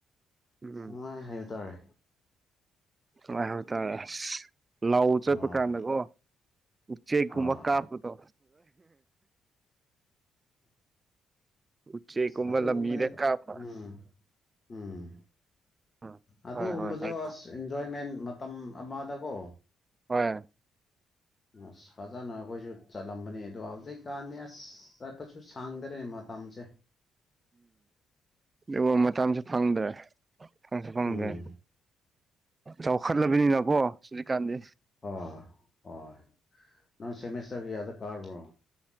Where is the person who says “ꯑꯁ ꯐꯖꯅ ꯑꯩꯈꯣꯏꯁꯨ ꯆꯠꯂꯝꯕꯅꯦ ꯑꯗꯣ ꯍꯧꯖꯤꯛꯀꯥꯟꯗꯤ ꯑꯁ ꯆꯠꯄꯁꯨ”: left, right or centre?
Left